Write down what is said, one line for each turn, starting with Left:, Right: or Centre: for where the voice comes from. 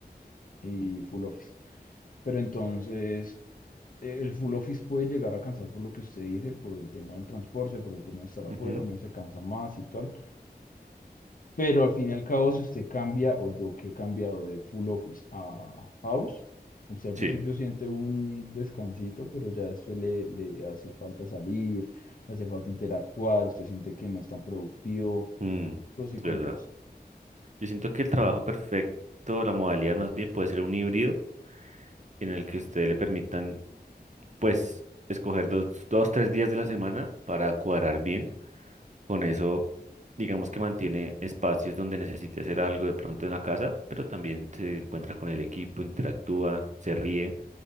Left: y full office. Pero entonces, eh, el full office puede llegar a cansar por lo que usted dice, por el tema del transporte, por el tema de estar afuera,
Right: ujú,
Left: uno se cansa más y tal. Pero al fin y al cabo, si usted cambia, o yo que he cambiado de full office a house, usted al
Right: Sí.
Left: principio siente un descansito, pero ya después le, le hace falta salir, le hace falta interactuar, usted siente que no es tan productivo,
Right: mm,
Left: pros
Right: es
Left: y contras.
Right: verdad. Yo siento que el trabajo perfecto, la modalidad más bien, puede ser un híbrido en el que ustedes le permitan pues escoger dos, dos, tres días de la semana para cuadrar bien. Con eso, digamos que mantiene espacios donde necesite hacer algo de pronto en la casa, pero también se encuentra con el equipo, interactúa, se ríe,